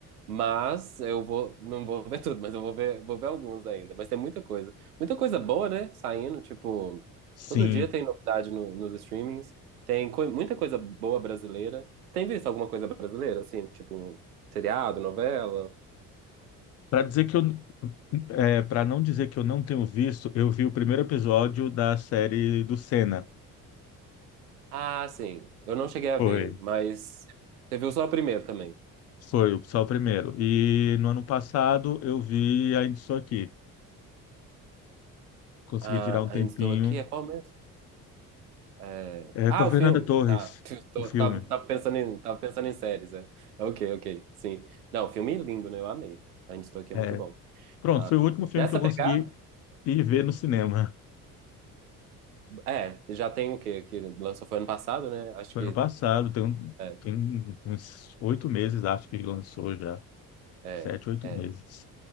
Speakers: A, on the right; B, on the left.
A: Mas eu vou, não vou ver tudo, mas eu vou ver, vou ver alguns ainda. Mas tem muita coisa. Muita coisa boa, né? Saindo, tipo,
B: Sim.
A: todo dia tem novidade no- nos streamings. Tem coi- muita coisa boa brasileira. Tem visto alguma coisa brasileira, assim, tipo, um seriado, novela?
B: Para dizer que eu, é, para não dizer que eu não tenho visto, eu vi o primeiro episódio da série do Senna.
A: Ah, sim. Eu não cheguei a
B: Foi.
A: ver, mas você viu só o primeiro também.
B: Foi só o primeiro. E no ano passado eu vi Ainda Estou Aqui. Consegui
A: Ah,
B: tirar um tempinho.
A: ainda estou aqui. É qual mesmo? É...
B: É,
A: Ah,
B: com a
A: o
B: Fernanda
A: filme.
B: Torres,
A: Tá. <laughs> Tô-
B: o filme.
A: Tava, tava pensando em, tava pensando em séries, é. Ok, ok. Sim. Não, filme é lindo, né? Eu amei. Ainda estou aqui,
B: É,
A: é muito bom.
B: pronto,
A: Ah,
B: foi o último filme
A: nessa
B: que eu consegui
A: pegada,
B: ir ver no cinema.
A: é, já tem o quê? Que lançou foi ano passado, né?
B: <laughs>
A: Acho
B: Foi
A: que
B: ano passado, tem, um-
A: é,
B: tem uns oito meses, acho que lançou já.
A: é,
B: Sete, oito
A: é.
B: meses.